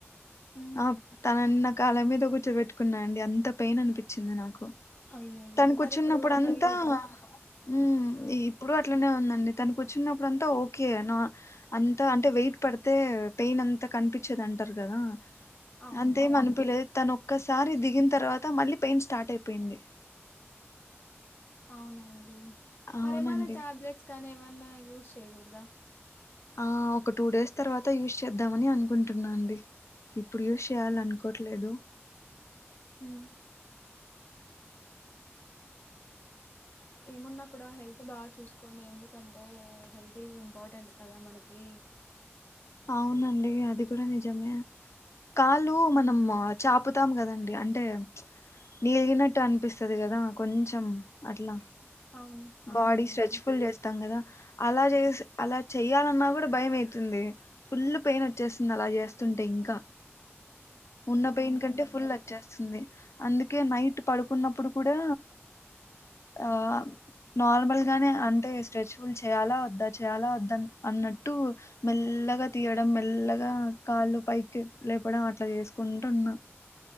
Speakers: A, on the left; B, on the left.
A: ఉమ్
B: ఆ తనని కాల్ల మీద కూర్చోబెట్టుకున్నా అండి అంత పెయిన్ అనిపించింది నాకు
A: అయ్యయ్యో
B: తనుకూర్చున్నప్పుడంతా
A: మరి ఇప్పుడు పర్లేదా
B: ఉమ్
A: ఆ!
B: ఇప్పుడు అ అట్లనే ఉందండి తనకూచ్చునప్పుడు అంతా ఓకే. నా అంతా అంటే వెయిట్ పడితే పెయిన్ అంతా కనిపించదు అంటారు కదా.
A: అవును
B: అంతేమనిపిలేదు తనొక్క స్ సారి దిగిన తర్వాత మళ్ళీ పెయిన్ స్టార్ట్ అయిపోయింది
A: అవునా అండి
B: అవునండి
A: మరేమైనా టాబ్లెట్స్ కానీ వన్న యూస్ చేయగూడదా
B: ఆ ఒక టూ డేస్ తర్వాత యూస్ చేద్దామని అనుకుంటున్నా అండి ఇప్పుడు యూస్ చేయ్యాలనుకోట్లేదు
A: హ్మ్ ఏమున్నా కూడా హెల్త్ బాగా చూసుకోండి ఎందుకంటే హెల్త్ ఈజ్ ఇంపార్టెంట్ కదా మనకి
B: అవునండి అది కూడా నిజమే కాళ్ళు
A: ఉమ్
B: మనం చాపుతాం కదండి అంటే నీలిగినట్టు అనిపిస్తుది కదా కొంచెం అట్లా
A: అవును అవునండి
B: బాడీ స్ట్రెచ్ఫుల్ చేస్తాం కదా అలా చేసి అలా చేయాలన్నా కూడా భయం ఐతుంది ఫుల్ పెయిన్ వచ్చేస్తుంది అలా చేస్తుంటే ఇంకా ఉన్న
A: అవునండి
B: పెయిన్ కంటే ఫుల్ అచ్చేస్తుంది అందుకే నైట్ పడుకున్నప్పుడు కూడా ఆ నార్మల్ గానే అంటే స్ట్రెచ్ ఫుల్ చేయాలా వద్దా చేయాలా వద్ద అన్నట్టు మెల్లగా తీయడం మెల్లగా కాళ్ళు పైకి లేపడం అట్లా చేసుకుంటున్నా